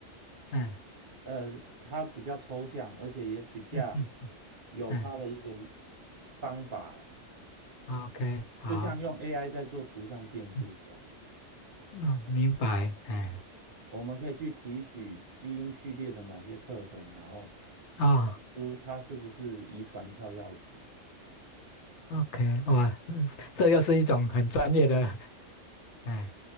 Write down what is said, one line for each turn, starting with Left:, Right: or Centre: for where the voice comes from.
Left: 嗯
Right: 呃，它比较抽象，而且也比较
Left: 嗯嗯
Right: 有它的一个
Left: 嗯
Right: 方法啦。
Left: o k 好，
Right: 就像用 AI 在做图像辨识一样，
Left: 嗯嗯，明白，哎，
Right: 我们可以去提取基因序列的某些特征，然后
Left: 哦
Right: 找出它是不是遗传跳药子。
Left: ，OK，哇，嗯这又是一种很专业的哎